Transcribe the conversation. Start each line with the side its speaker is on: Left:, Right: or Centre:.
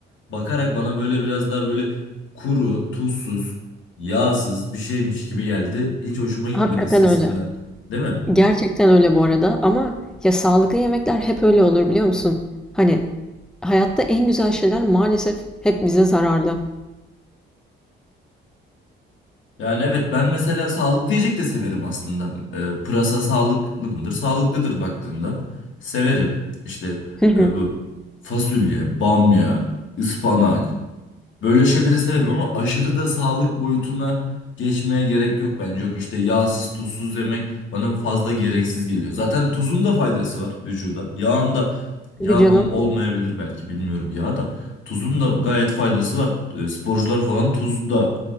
Left: bakarak bana böyle biraz daha böyle kuru, tuzsuz, yağsız bir şeymiş gibi geldi. Hiç hoşuma gitmedi
Centre: Hakikaten
Left: sesinden.
Centre: öyle.
Left: Değil mi?
Centre: Gerçekten öyle bu arada ama ya sağlıklı yemekler hep öyle olur biliyor musun? Hani hayatta en güzel şeyler maalesef hep bize zararlı.
Left: Yani evet ben mesela sağlıklı yiyecek de severim aslında. E, pırasa sağlıklı mıdır? Sağlıklıdır baktığında. Severim. İşte
Centre: Hı hı.
Left: e, bu fasulye, bamya, ıspanak. Böyle şeyleri severim ama aşırı da sağlık boyutuna geçmeye gerek yok bence. Yok işte yağsız tuzsuz yemek bana fazla gereksiz geliyor. Zaten tuzun da faydası var vücuda. Yağın da
Centre: Tabii
Left: yağın
Centre: canım.
Left: ol- olmayabilir belki bilmiyorum yağ da. Tuzun da gayet faydası var. E, sporcular falan tuz da